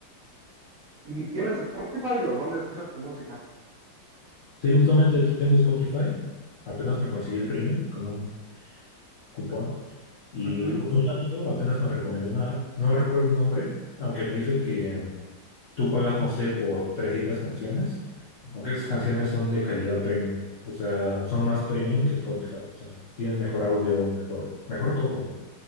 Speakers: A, on the right; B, on the left.
A: ¿y tienes Spotify o dónde escuchas tu música?
B: Sí, justamente tengo Spotify. Apenas me conseguí el premium con un cupón. Y
A: Ujú,
B: un amigo apenas me recomendó una app, no recuerdo el nombre, aunque me dice que tú pagas, no sé, por 300 canciones, aunque esas canciones son de calidad premium, o sea, son más premium que Spotify, o sea, tienes mejor audio, mejor, mejor todo, ¿no?